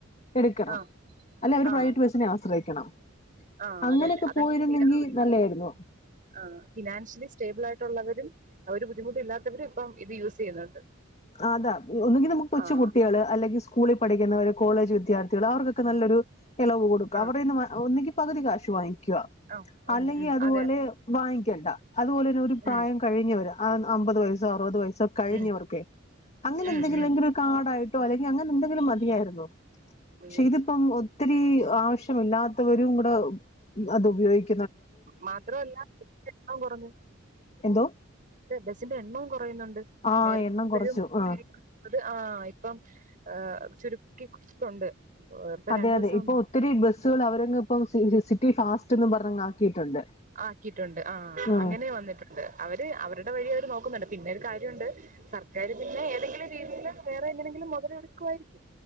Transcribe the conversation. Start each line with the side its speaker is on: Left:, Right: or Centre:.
Left: എടുക്കണം.
Right: ആഹ്
Left: അല്ല അവര്
Right: ആഹ്
Left: പ്രൈവറ്റ് ബസിനെ ആസ്രയിക്കണം.
Right: ആഹ്
Left: അങ്ങനെയൊക്കെ
Right: അത് തന്നെ അതങ്ങനെ
Left: പോയിരുന്നെങ്കി
Right: ചെയ്യാറുമില്ല
Left: നല്ലായിരുന്നു
Right: ആഹ് ഫിനാൻഷ്യലി സ്റ്റേബിൾ ആയിട്ടുള്ളവരും അവര് ബുദ്ധിമുട്ടില്ലാത്തവരും ഇപ്പം ഇത് യൂസ് ചെയ്യുന്നുണ്ട്
Left: അതാ ഒന്നെങ്കിൽ നമുക്ക് കൊച്ചു
Right: ആഹ്
Left: കുട്ടികള് അല്ലെങ്കിൽ സ്കൂളിൽ പഠിക്കുന്നവര് കോളേജ് വിദ്യാർത്ഥികൾ അവർക്കൊക്കെ നല്ലൊരു ഇളവ് കൊടുക്കുക
Right: ആഹ്
Left: അവടെന്ന് ഒന്നങ്കി പകുതി കാശ് വാങ്ങിക്കുക
Right: ആഹ് ഉം
Left: അല്ലെങ്കിൽ
Right: ഉം
Left: അതുപോലെ
Right: അതെ
Left: വാങ്ങിക്കണ്ട അതുപോലെ തന്നെ ഒരു പ്രായം
Right: ഉം
Left: കഴിഞ്ഞവര് അമ്പത് വയസോ അറുപത് വയസ്സോ കഴിഞ്ഞവർക്കെ
Right: ഉം
Left: അങ്ങനെ
Right: ഉം
Left: എന്തെങ്കിലുംങ്കില
Right: ഉം
Left: ഒരു കാർഡായിട്ടോ അല്ലെങ്കിൽ അങ്ങനെ എന്തെങ്കിലും മതിയായിരുന്നോ പക്ഷെ
Right: ഉം
Left: ഇതിപ്പം ഒത്തിരി ആവശ്യമില്ലാത്തവരും കൂടെ അത് ഉപയോഗിക്ക
Right: മാത്രവല്ല എണം കുറഞ്ഞു
Left: എന്തോ
Right: ബസിന്റെ എണ്ണവും കുറയുന്നുണ്ട്
Left: ആ
Right: നേരത്തെപ്പഴും
Left: എണ്ണം കുറച്ചു ആ
Right: അത് ആഹ് ഇപ്പം ചുരുക്കിട്ടുണ്ട് ഇപ്പൊ
Left: അതെ
Right: രണ്ടു
Left: അതെ
Right: ദിവസം
Left: ഇപ്പൊ ഒത്തിരി ബസ്സുകൾ അവരങ്‌ ഇപ്പം സിറ്റി ഫാസ്റ്റ്ന്ന് പറഞ്ഞ ആക്കിയിട്ടുണ്ട്
Right: ആക്കിയിട്ടുണ്ട് ആഹ്
Left: ഉം
Right: അങ്ങനെ വന്നിട്ടുണ്ട് അവര് അവരുടെ വഴി അവര് നോക്കുന്നുണ്ട് പിന്നെ ഒരു കാര്യമുണ്ട് സർക്കാാര് പിന്നെ ഏതെങ്കിലും രീതിയിൽ വേറെ എങ്ങനെയെങ്കിലും മുതല് എടുക്കുവായിരിക്കും